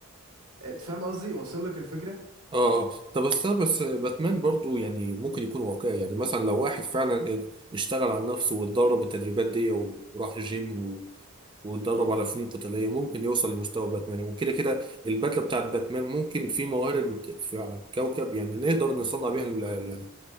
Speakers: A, on the right (about 85°); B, on the right (about 20°).
A: آه، فاهم قصدي واصل لك الفكره
B: اه اه طب استنى بس باتمان برضو يعني ممكن يكون واقعي يعني مثلا لو واحد فعلا اشتغل على نفسه واتدرب التدريبات دي وراح جيم و- واتدرب على فنون قتالية ممكن يوصل لمستوى باتمان وكده كده البدلة بتاعت باتمان ممكن في موارد في على الكوكب يعني نقدر نصنع بيها ال-